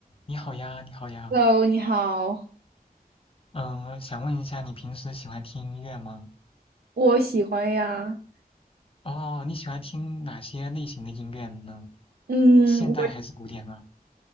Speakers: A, on the left; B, on the right.
A: 你好呀，你好呀，
B: Hello，你好，
A: 嗯，想问一下，你平时喜欢听音乐吗？
B: 我喜欢呀。
A: 哦，你喜欢听哪些类型的音乐呢？
B: 嗯，
A: 现代还是古典啊？
B: 我